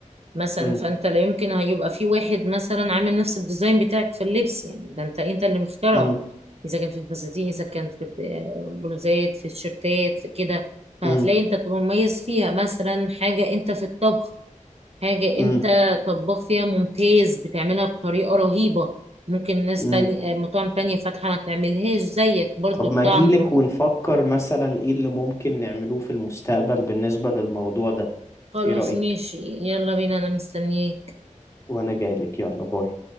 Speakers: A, on the right; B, on the left.
A: مثلا
B: مم.
A: فانت لا يمكن هيبقى في واحد مثلا عامل نفس الديزاين بتاعك في اللبس يعني ده انت انت اللي مخترعه
B: مم.
A: اذا كان في الفساتين اذا كان في البلوزات في الشيرتات في كده فهتلاقي
B: مم.
A: انت بتبقى مميز فيها مثلا حاجة انت في الطبخ حاجة
B: مم.
A: انت طباخ فيها ممتاز بتعملها بطريقة رهيبة ممكن ناس
B: مم.
A: تانية مطاعم تانية فاتحة ما تعملهاش زيك برضو
B: طب
A: الطعم
B: ما اجيلك
A: وال-
B: ونفكر مثلا ايه اللي ممكن نعملوه في المستقبل بالنسبة للموضوع ده
A: خلاص
B: ايه رأيك
A: ماشي يلا بينا انا مستنيك
B: وانا جايلك يلا باي